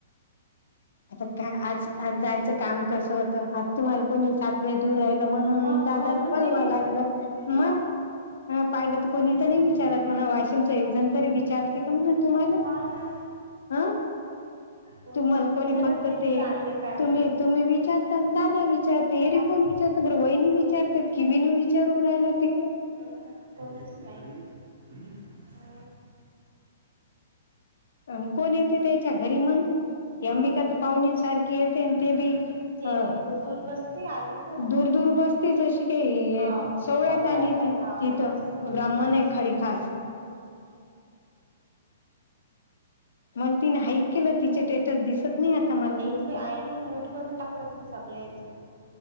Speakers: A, on the left; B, on the right.
A: आता काय आज आ जायचं काम कसं होतं आज तुम्हाला कोणी सात नाही दूर राहिला म्हणून
B: मग
A: दादाने
B: म्हणून
A: बनवा
B: ते गेले
A: लागलं
B: हा
A: मग ह पाहिलं
B: मग
A: तर कोणी
B: तेच
A: तर नाही
B: ना
A: विचारत म्हणा वाशिमच एक जण तरी विचारते का म्हणा तुम्हाला
B: हाव ना
A: हा
B: कोणीच
A: तुम्हाला
B: तर विचारत
A: कोणी फक्त
B: नाही तिथं
A: ते
B: आणले फॅमिली
A: तुम्ही तुम्ही विचारता आणि दादा विचारते हेरीे
B: मग
A: कोण विचारत बर वहिणी विचारते कि विन विचारू राहिला तिकडे
B: ह ह कोणीच नाही ह
A: अ कोण येते त्याच्या घरी म्हणून तेी
B: हो
A: अंबिका
B: ना
A: तर पाहुणीं सारखी येते ते बी
B: ते
A: अ
B: बी दूर दूर बसते आली तर
A: दूर दूर बस ते जशी काही
B: हा
A: सोहळ्यात
B: सवळ्यात
A: आली
B: आहे
A: ती
B: हा
A: तिथं
B: अशीच बोलते
A: ब्राह्मण आहे
B: अशीच
A: खरी
B: बोलते
A: खास मला तिने हाईक केलं तिचे टेटस दिसत नाही आता मला
B: आई नाही म्यूट करून टाकलं तिमही सगळळे इथून